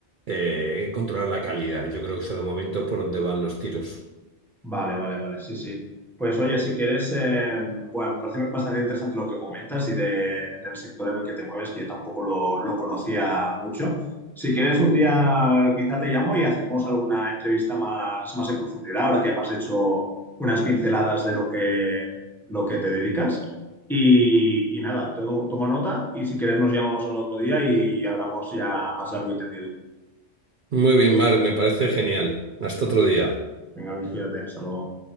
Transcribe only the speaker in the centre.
Vale, vale, vale, sí, sí. Pues oye, si quieres, eh, bueno, me parece bastante interesante lo que comentas y de, en el sector en el que te mueves, que yo tampoco lo, lo conocía mucho. Si quieres, un día quizá te llamo y hacemos alguna entrevista más, más en profundidad, ahora que me has hecho unas pinceladas de lo que, lo que te dedicas. Y, y nada, to- tomo nota y si quieres nos llamamos en otro día y hablamos ya más largo y tendido.
Venga, Luis, cuídate, hasta luego.